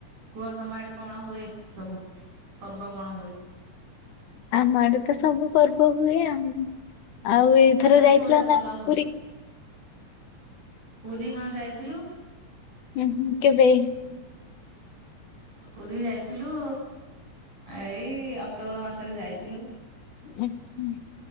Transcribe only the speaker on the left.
ଆମ ଆଡେ ତ ସବୁ ପର୍ବ ହୁଏ ଆଉ। ଆଉ ଏଥର
ଯାଇଥିଲ
ନା
ପୁରୀ?
ଉ ହୁଁ କେବେ?
ଉହୁଁ।